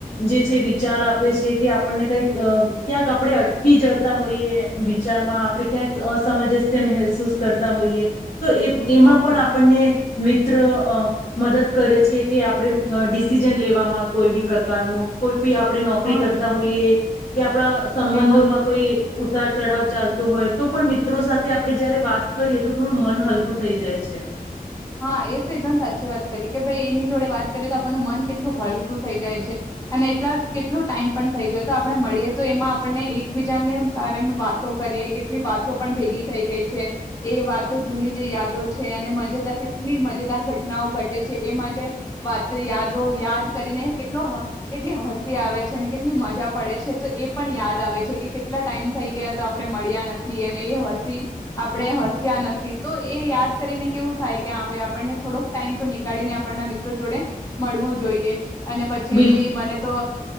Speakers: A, on the left; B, on the left.
A: જે છે વિચાર આપે છે કે આપણને કઈક ક્યાંક આપણે અટકી જતા હોઈએ વિચારમાં આપણે ક્યાંક અસમંજસ્ય મહેસૂસ કરતા હોઈએ તો એ એમાં
B: હા
A: પણ આપણને મિ ત્ર અ મદદ કરે છે કે આપણે ડિસિઝન લેવામાં કોઈ બી પ્રકારનું કોઈ આપણે નોકરી
B: હા
A: કરતા હોઈએ કે આપણા સંબંધોમાં
B: એમાં
A: કોઈ ઉતાર ચઢાવ ચાલતો હોય તો પણ મિત્રો સાથે આપડે જયારે વાત કરીએ તો થોડું મન હલકું થઈ જાય છે.
B: હા એ તો એકદમ સાચી વાત કરી કે ભાઈ એની જોડે વાત કરીએ તો આપણનું મન કેટલું હલકું થઈ જાય છે અને એટલા કેટલો ટાઈમ પણ થઈ ગયો તો આપડણે મળીએ તો એમાં આપણને એકબીજાને બારેમા વાતો કરીએ કેટલી વાતો પણ ભેગી થઈ ગઈ છે એ વાતો જૂની જે યાદો છે અને મજેદાર કેટલી મજેદાર ઘટનાઓ ઘટે છે એ માટે વાત યાદો યાદ કરીને કેટલો કેટલી હસી આવે છે અને કેટલી મજા પડે છે તો એ પણ યાદ આવે છે કે કેટલા ટાઈમ થઈ ગયા તો આપણે મળ્યા નથી અને એ હસી આપણે હસ્યા નથી તો એ યાદ કરીને કેવું થાય કે હા ભઈ આપણને થોડોક ટાઈમ તો નીકાળીને આપણના મિત્રો જોડે મળવું જોઈએ. અને પછી
A: બિલકુલ
B: મને તો